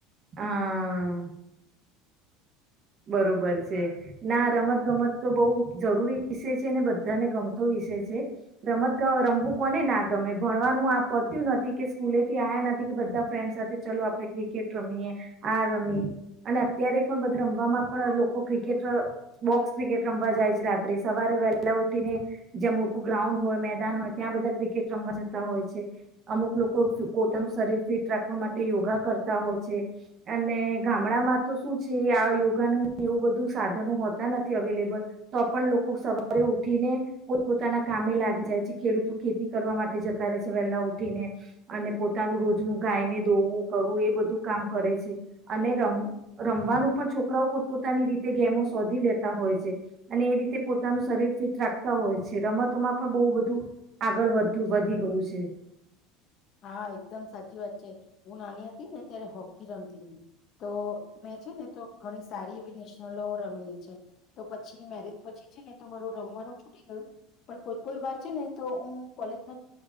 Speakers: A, on the right (about 30°); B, on the left (about 40°).
A: હા બરોબર છે ના રમત ગમત તો બહુ જરૂરી વિષય છે અનેને બધાને ગમતો વિષય છે રમત રમવું કોને ના ગમે ભણવાનું આ પત્યું નથી કે સ્કૂલેથી આયા નથી કે બધા ફ્રેન્ડ સાથે ચલો આપે ક્રિકેટ રમીએ આ રમીએ અને અત્યારે પણ રમવામાં પણ લોકો ક્રિકેટ બોક્સ ક્રિકેટ રમવા જાય છે રાત્રે સવારે વહેલા ઉઠીને જ્યાં મોટું ગ્રાઉન્ડ હોય મેદાન હોય ત્યાં બધા ક્રિકેટ રમવા જતા હોય છે અમુક લોકો પોતાનું શરીર ફિટ રાખવા માટે યોગા કરતા હોય છે અને ગામડામાં તો શું છે કે આ યોગાનું એવું બધું સાધનો હોતા નથી અવેલેબલ તો પણ લોકો સવારે ઉઠીને પોત પોતાના કામે લાગી જાય છે ખેડૂતો ખેતી કરવા માટે જતા રહે છે વહેલા ઉઠીને અને પોતાનું રોજનું ગાયને ધોવું કરવું એ બધું કામ કરે છે અનેમ રમ રવાનું પણ છોકરાઓ પોત પોતાની રીતે ગેમો શોધી લેતા હોય છે અને એ રીતે પોતાનું શરીર ફિટ રાખતા હોય છે રમતોમાં પણ બહુ બધુ આગળ વધ વધી ગયું છે.
B: હા એકદમ સાચી વાત છે હું નાની હતી ને ત્યારે હોકી રમતી હતી તો મેં છે ને તો ઘણી સારી એવી નેશનલો રમેલી છે તો પછી મેરેજ પછી છે ને તો મારું રમવાનું છૂટી ગયું પણ કોઈ કોઈ વાર છે ને તો હું કોલેજમાં